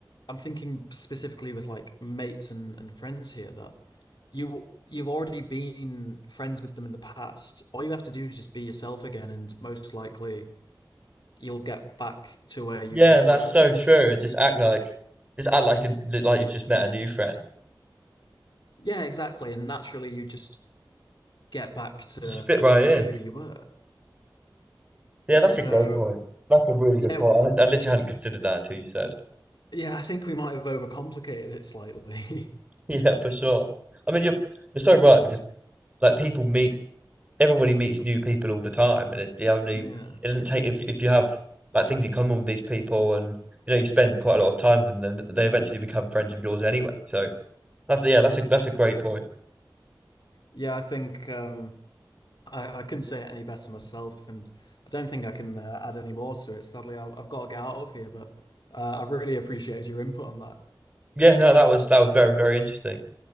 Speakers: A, on the left; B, on the right.
A: I'm thinking specifically with like mates and, and friends here that you you've already been friends with them in the past. All you have to do is just be yourself again and most likely you'll get back to where you
B: Yeah,
A: once
B: that's
A: were.
B: so true. Just act like just act like a, like you've just met a new friend.
A: Yeah, exactly. And naturally you just get back to
B: Just fit right in.
A: to who you were.
B: Yeah, that's
A: So
B: a great point. That's a really good
A: yeah,
B: point.
A: w-
B: I, hadn't- I literally hadn't considered that until you said. <laughs>
A: yeah, I think we might have overcomplicated it slightly. <laughs>
B: Yeah, for sure. I mean, you're you're so right because like people meet everybody meets new people all the time, and it's the only.
A: Yeah.
B: It doesn't take if if you have like things in common with these people, and you know you spend quite a lot of time with them, then they eventually become friends of yours anyway. So that's yeah, that's a that's a great point.
A: Yeah, I think um I, I couldn't say it any better myself, and I don't think I can uh, add any more to it. Sadly, I've, I've got to get out of here, but uh, I've really appreciated your input on that.
B: Yeah, no, that was that was very very interesting.